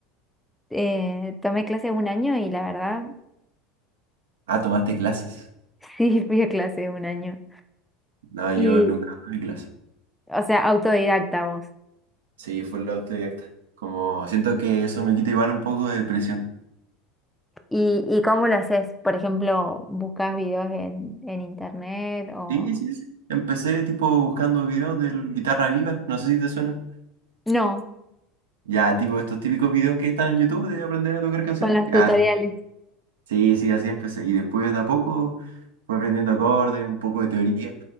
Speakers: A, in the centre; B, on the right.
A: eh, tomé clase un año y la verdad,
B: Ah, tomaste clases.
A: <laughs> sí, fui a clase un año.
B: No,
A: Y
B: yo nunca tomé clases.
A: O sea, autodidacta vos.
B: Sí, fue la autodidacta. Como siento que eso me quita igual un poco de depresión.
A: ¿Y, y cómo lo haces? Por ejemplo, ¿buscas videos en, en internet o...?
B: Sí, sí, sí. Empecé tipo buscando videos de Guitarra Viva, no sé si te suena.
A: No,
B: Ya, tipo estos típicos videos que están en YouTube de aprender a tocar canciones.
A: con los
B: Ya,
A: tutoriales.
B: Sí, sí, así empecé. Y después de a poco fue aprendiendo acordes, un poco de teoría